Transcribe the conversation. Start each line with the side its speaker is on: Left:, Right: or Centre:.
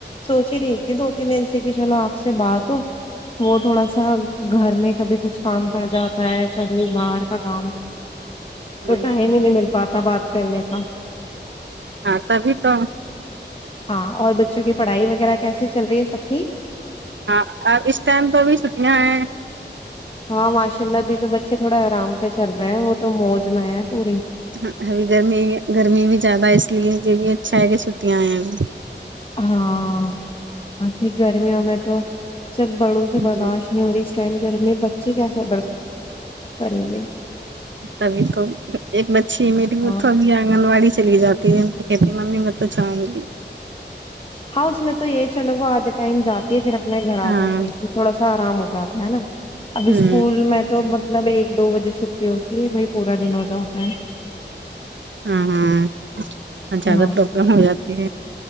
Left: سوچ ہی رہی تھی دو تین دن سے کہ چلو آپ سے بات ہو وہ تھوڑا سا گھر میں کبھی کچھ کام کر جاتا ہے کبھی باہر کا کام
Right: ہوں،
Left: تو ٹیم ہی نہیں مل باتہ بات کرنے کا
Right: ہاں تبھی تو
Left: ہاں اور بچوں کی پڑھائی وغیرہ کیس چ رہ ہے سب ٹھیک
Right: ہاں اور اس ٹائم تو ا بھیھی چھٹیاں ہیں
Left: ہاں ماشاء اللہ بھی تو بچے تھوڑا آرام پہ چل رہے ہیں وہ تو موج موج میں پوری
Right: ہاں ابھی گرمی بھی گرمی بھی زیادہ اس لیے یہ بھی اچھا ہے کہ چھٹیاں آئ ہیں اب
Left: ہاں ابھر گرمیوں میں تو سب بڑوں
Right: ہوں،
Left: سے برداشت نہیں ہو رہی اس ٹائم گرمی ٹھیک ہے سر ب کریں گے
Right: ابھی تو ایک بچی میری وہ
Left: ہاں
Right: تو ابھی آنگن واڑی چلی جاتی ہے میں کہتی ممی میں تو جاؤں گی
Left: ہاں اس میں تو یہ ہے چلو وہ آد دا ٹائم جاتی ہے پھر اپنے گھر آ
Right: ہاں
Left: جاتی ہے پھر تھوڑا سا اچھا آرام جاتا ہے نا ابھی
Right: ہوں
Left: اسکول میں تو مطلب ایک دو بجے چھٹی ہوتی ہے ب پورا دن ہو جاتا ہے
Right: ہاں ہاں زیادہ
Left: ہاں
Right: پربلم ہو جات کہ